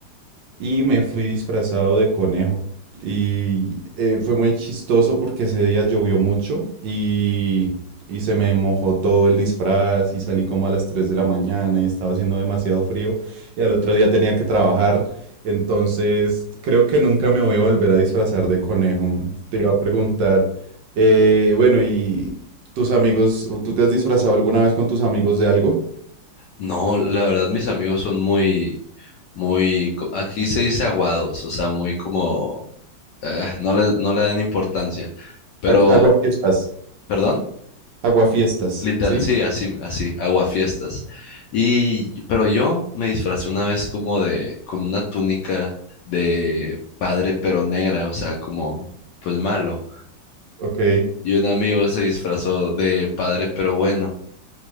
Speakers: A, on the right (about 70°); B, on the left (about 75°).
A: y me fui disfrazado de conejo. Y eh, fue muy chistoso porque ese día llovió mucho y, y se me mojó todo el disfraz y salí como a las 3 de la mañana y estaba haciendo demasiado frío y al otro día tenía que trabajar. Entonces creo que nunca me voy a volver a disfrazar de conejo. Te iba a preguntar, eh, bueno, ¿y tus amigos, o tú te has disfrazado alguna vez con tus amigos de algo?
B: No, la verdad, mis amigos son muy, muy, co- aquí se dice aguados, o sea, muy como, eh, no le, no le dan importancia, pero,
A: Aquí- Aguafiestas,
B: perdón,
A: aguafiestas,
B: literal,
A: ¿sí?
B: sí, así, así, aguafiestas. Y, pero yo me disfracé una vez como de, con una túnica de padre pero negra, o sea, como, pues malo.
A: Ok,
B: Y un amigo se disfrazó de padre pero bueno.